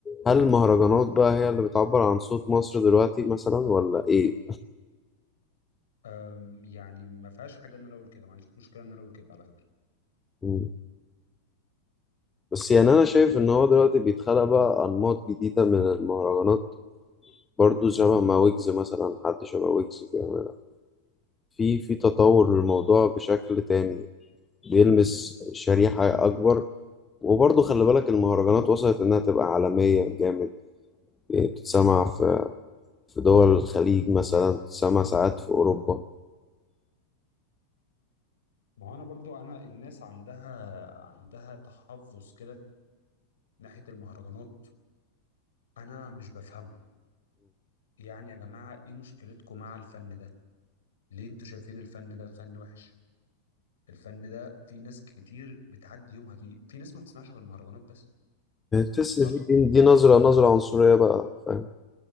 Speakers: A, on the left; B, on the left.
A: هل المهرجانات بقى هي اللي بتعبر عن صوت مصر دلوقتي مثلا ولا ايه
B: أم، يعني ما فيهاش حاجه ان انا اقول كده ما عنديش مشكله ان انا اقول كده على فكره
A: مم. بس يعني انا شايف ان هو دلوقتي بيتخلق بقى انماط جديدة من المهرجانات برضو شبه ما ويجز مثلا حد شبه ويجز بيعمل في في تطور للموضوع بشكل تاني بيلمس شريحة اكبر وبرضه خلي بالك المهرجانات وصلت إنها تبقى عالمية جامد يعني بتتسمع في في دول الخليج مثلا بتتسمع ساعات في أوروبا
B: ما هو انا برضو انا الناس عندها عندها تحفظ كده ناحية المهرجانات انا مش بفهمه يعني يا جماعة ايه مشكلتكم مع الفن ده ليه انتوا شايفين الفن ده فن وحش الفن ده في ناس كتير بتعدي يومها فيه في ناس ما بتسمعش غير مهرجانات بس
A: تحس
B: صح
A: ان في دي, دي نظره نظره عنصريه بقى فاهم